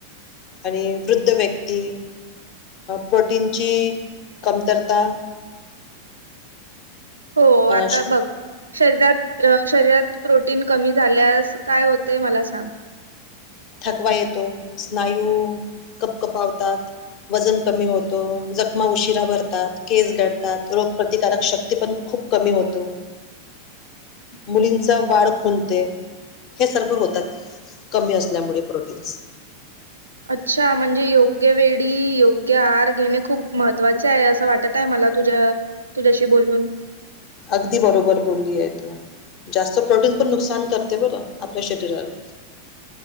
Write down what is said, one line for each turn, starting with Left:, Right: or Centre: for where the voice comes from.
Left: आणि वृद्ध व्यक्ती प्रोटीनची कमतरता
Right: हो
Left: अं
Right: आता
Left: श
Right: बघ शरीरात शरीरात प्रोटीन कमी झाल्यास काय होते मला सांग
Left: थकवा येतो स्नायू कप कपावतात वजन कमी होतो जखमा उशिरा भरतात केस गळतात रोगप्रतिकारक शक्ती पण खूप कमी होतो मुलींचा वाढ खुणते हे सर्व होतात कमी असल्यामुळे प्रोटीन्स
Right: अच्छा म्हणजे योग्य वेळी योग्य आहार घेणे खूप महत्त्वाचे आहे असं वाटत य मला तुझ्या तुझ्याशी बोलून
Left: अगदी बरोबर बोलली आहे तू जास्त प्रोटीन पण नुकसान करते बरं आपल्या शरीराला